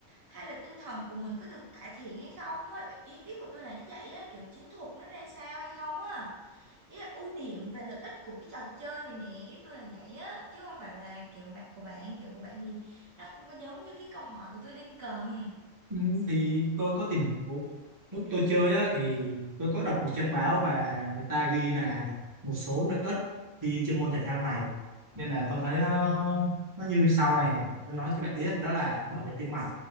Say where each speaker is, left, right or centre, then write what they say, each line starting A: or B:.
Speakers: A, on the right (about 70°); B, on the right (about 15°).
A: hay là tinh thần của mình có được cải thiện hay không á ý, ý của tôi là như vậy á kiểu chiến thuật nó ra sao hay không á ý là ưu điểm về lợi ích của cái trò chơi này nè ý tôi là vậy á chứ không phải là kiểu bạn của bạn kiểu của bạn thì nó không có giống như cái câu hỏi của tôi đang cần
B: Ừ, thì tôi có tìm hiểu lúc tôi chơi á thì tôi có đọc một trang báo và người ta ghi là một số lợi ích khi chơi môn thể thao này nên là tôi thấy nó nó như sau này tôi nói cho bạn biết đó là bảo vệ tim mạch